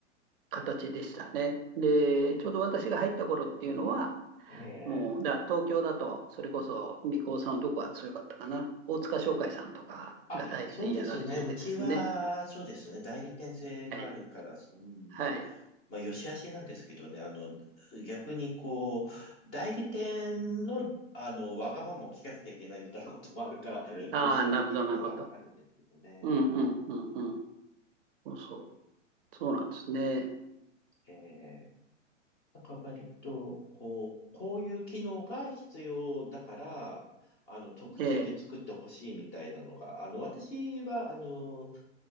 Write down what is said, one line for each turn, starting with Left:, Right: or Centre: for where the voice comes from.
Right: 形でしたね。で、ちょうど私が入った頃っていうのは、
Left: ええ。
Right: もう、だから東京だと、それこそ、リコーさんはどこが強かったかな。大塚商会さんとかが代理店やられててですね。
Left: あ、そうですね。うちは、そうですね。代理店制があるから、
Right: はい。
Left: うん、
Right: はい。
Left: まあ、よし悪しなんですけどね。あの、逆にこう、代理店の、あの、わがままも聞かなきゃいけないみたいなこともあるから、よし悪しではあるんですけどね。
Right: ああ、なるほど、なるほど。うん、
Left: うん、
Right: うん、うん、うん。そうそう。そうなんですね。
Left: ええなんから割と、こう、こういう機能が必要だから、あの、特注で作ってほしいみたいなのが、
Right: ええ。
Left: あの、私は、あの、